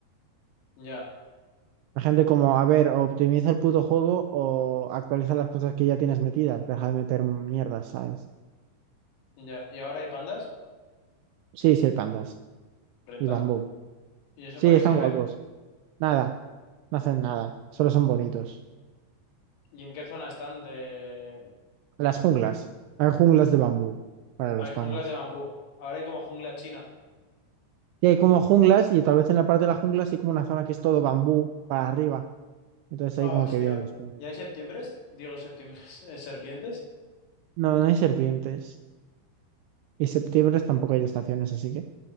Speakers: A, on the left (about 80°); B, on the right (about 85°).
A: Ya,
B: La gente como, a ver, o optimiza el puto juego o actualiza las cosas que ya tienes metidas. Deja de meter mierdas, ¿sabes?
A: ya. ¿Y ahora hay pandas?
B: Sí, sí hay pandas.
A: Renta.
B: Y bambú.
A: ¿Y eso
B: Sí,
A: para
B: están
A: qué sirve?
B: guapos. Nada, no hacen nada. Solo son bonitos.
A: ¿Y en qué zona están de...
B: Las junglas. Hay junglas de bambú para los
A: Hay junglas
B: pandas.
A: de bambú. Ahora hay como jungla china.
B: Y hay como junglas y tal vez en la parte de la jungla sí hay como una zona que es todo bambú para arriba. Entonces
A: Ah,
B: ahí como
A: hostia.
B: que vienen los pingüinos.
A: ¿Y hay septiembres? Digo septiembres, <laughs> eh, serpientes.
B: No, no hay serpientes. Y septiembre tampoco hay estaciones, así que